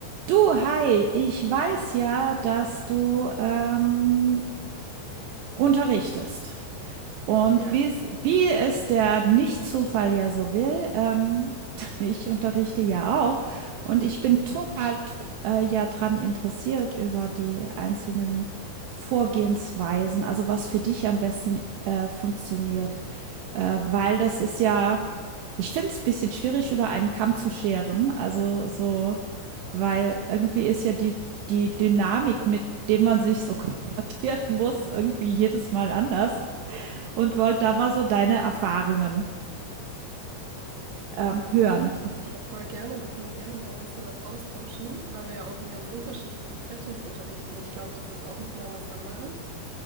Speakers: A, on the right; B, on the right.
A: Du, hi, ich weiß ja, dass du ähm, unterrichtest. Und
B: Ja,
A: wie es, wie es der Nicht-Zufall ja so will, ähm, <laughs> ich unterrichte ja auch und ich bin total dr- äh, ja dran interessiert über die einzelnen Vorgehensweisen, also was für dich am besten äh, funktioniert, äh, weil das ist ja, ich finde es ein bisschen schwierig, über einen Kamm zu scheren, also so, weil irgendwie ist ja die, die Dynamik, mit dem man sich so <laughs> konfrontieren muss, irgendwie jedes Mal anders und wollte da mal so deine Erfahrungen ähm, hören.
B: ja, f- ja, voll gerne. Wir können da gerne mal ein bisschen was austauschen, weil wir ja auch in ganz unterschiedlichen Settings unterrichten. Ich glaube, das ist auch noch mal was anderes.